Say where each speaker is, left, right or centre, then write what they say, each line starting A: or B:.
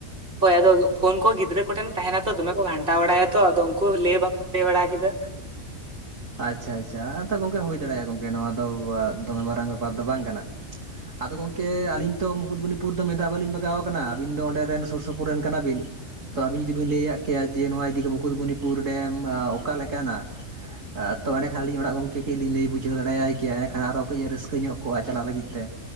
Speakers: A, on the right; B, on the right.
A: ᱛᱚ ᱟᱡᱨᱫᱱᱦᱳᱭ ᱟᱫᱚ ᱯᱷᱳᱱ ᱠᱚ ᱜᱤᱫᱽᱨᱟᱹ ᱠᱚᱴᱷᱮᱱ ᱛᱟᱦᱮᱱᱟᱛᱚ ᱫᱚᱢᱮ ᱠᱚ ᱜᱷᱟᱱᱴᱟ ᱵᱟᱲᱟᱭᱟᱛᱚ ᱟᱫᱚ ᱩᱱᱠᱩ ᱞᱟᱹᱭ ᱵᱟᱠᱚ ᱞᱟᱹᱭ ᱵᱟᱲᱟ ᱠᱮᱫᱟ
B: ᱟᱪᱪᱷᱟ ᱟᱪᱪᱷᱟ ᱜᱚᱝᱠᱮ ᱦᱩᱭ ᱫᱟᱲᱮᱭᱟᱜᱼᱟ ᱜᱚᱝᱠᱮ ᱱᱚᱣᱟ ᱫᱚ ᱫᱚᱢᱮ ᱢᱟᱨᱟᱝ ᱵᱮᱯᱟᱨ ᱫᱚ ᱵᱟᱝ ᱠᱟᱱᱟ ᱟᱫᱚ ᱜᱚᱝᱠᱮ ᱟᱹᱞᱤᱧ ᱛᱚ ᱢᱩᱠᱩᱫᱢᱩᱱᱤᱯᱩᱨ ᱫᱚ ᱢᱤᱫ ᱫᱷᱟᱣ ᱵᱟᱹᱞᱤᱧ ᱵᱟᱜᱟᱣ ᱟᱠᱟᱱᱟ ᱟᱹᱵᱤᱱ ᱫᱚ ᱚᱸᱰᱮ ᱨᱮᱱ ᱥᱩᱨ ᱥᱩᱯᱩᱨ ᱨᱮᱱ ᱠᱟᱱᱟ ᱵᱤᱱ ᱛᱚ ᱟᱵᱤᱱ ᱡᱩᱫᱤ ᱵᱤᱱ ᱞᱟᱹᱭ ᱟᱜ ᱠᱮᱭᱟ ᱡᱮ ᱱᱚᱣᱟ ᱤᱫᱤ ᱢᱩᱠᱩᱫᱢᱩᱱᱤᱯᱩᱨ ᱰᱮᱢ ᱚᱠᱟᱞᱮᱠᱱᱟᱜ ᱛᱚ ᱮᱰᱮᱠᱷᱟᱱ ᱟᱹᱞᱤᱧ ᱚᱲᱟᱜ ᱜᱚᱢᱠᱮ ᱠᱮ ᱞᱟᱹᱭ ᱵᱡᱷᱟᱹᱣ ᱫᱟᱲᱮ ᱟᱭ ᱠᱮᱭᱟ ᱟᱨ ᱠᱟᱹᱡ ᱨᱟᱹᱠᱟᱹ ᱧᱚᱜ ᱠᱚᱣᱟᱜ ᱪᱟᱞᱟᱜ ᱞᱟᱹᱜᱤᱫ ᱛᱮ